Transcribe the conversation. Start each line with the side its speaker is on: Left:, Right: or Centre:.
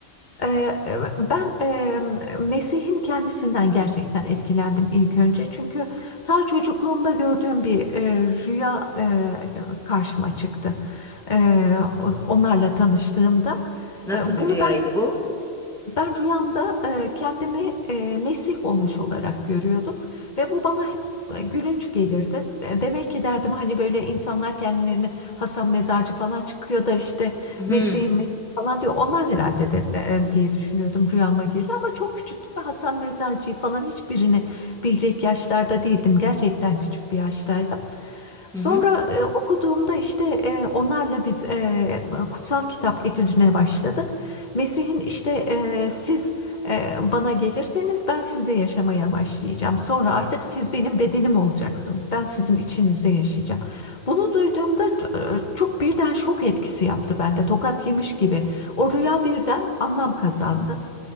Left: Ee, Ben e, Mesih'in kendisinden gerçekten etkilendim ilk önce. Çünkü daha çocukluğumda gördüğüm bir e, rüya e, karşıma çıktı. E, on- onlarla tanıştığımda.
Centre: Nasıl
Left: E,
Centre: bir
Left: bunu
Centre: rüyaydı
Left: ben
Centre: bu?
Left: ben rüyamda e, kendimi e, Mesih olmuş olarak görüyordum ve bu bana hep e, gülünç gelirdi. E, Demek ki derdim hani böyle insanlar kendilerini Hasan Mezarcı falan çıkıyor da işte
Centre: Hı hı.
Left: Mesih'im Mesih falan diyor. Onlar herhalde de e, diye düşünüyordum rüyama girdi ama çok küçüktüm ve Hasan Mezarcı'yı falan hiçbirini bilecek yaşlarda değildim. Gerçekten küçük bir yaştaydım. Sonra
Centre: hı.
Left: e, okuduğumda işte e, onlarla biz e, kutsal kitap etüdüne başladık. Mesih'in işte e, siz e, bana gelirseniz ben size yaşamaya başlayacağım. Sonra artık siz benim bedenim olacaksınız. Ben sizin içinizde yaşayacağım. Bunu duyduğumda e, çok birden şok etkisi yaptı bende. Tokat yemiş gibi. O rüya birden anlam kazandı.